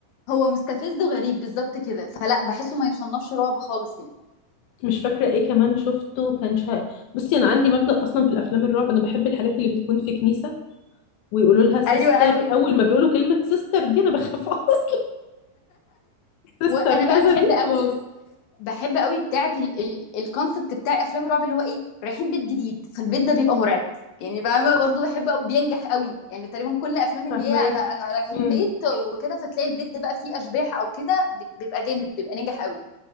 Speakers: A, on the left (about 70°); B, on the left (about 85°).
A: هو مستفز وغريب بالظبط كده فلا بحسه ما يصنفش رعب خالص يعني
B: مش فاكره ايه كمان شفته كان شا... بصي انا عندي مبدأ اصلا في الافلام الرعب انا بحب الحاجات اللي بتكون في كنيسه ويقولوا لها سيستر
A: ايوه قوي
B: اول ما بيقولوا كلمه سيستر دي انا بخاف <laughs> اصلا سيستر
A: وانا بقى
B: كذا
A: بحب
B: دي
A: قوي
B: خلاص
A: بحب قوي بتاعه الكونسبت بتاع افلام الرعب اللي هو ايه رايحين بيت جديد فالبيت ده بيبقى مرعب يعني فاهمه برضه بحب قوي بينجح قوي يعني تقريبا كل افلام اللي
B: فهماكي
A: هي انا انا رايحين
B: امم
A: بيت وكده فتلاقي البيت ده بقى فيه اشباح او كده بيبقى جامد بيبقى ناجح قوي